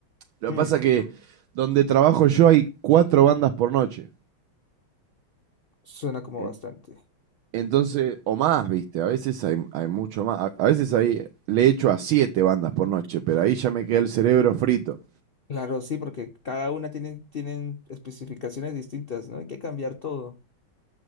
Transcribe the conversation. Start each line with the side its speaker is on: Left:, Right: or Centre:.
Right: Lo
Left: Hmm.
Right: que pasa que donde trabajo yo hay cuatro bandas por noche.
Left: Suena como
Right: En-
Left: bastante.
Right: Entonces,
Left: Sí.
Right: o más, viste, a veces hay, hay mucho más. A, a veces ahí le echo a siete bandas por noche, pero ahí ya me queda el cerebro frito.
Left: Claro, sí, porque cada una tiene, tienen especificaciones distintas, ¿no? Hay que cambiar todo.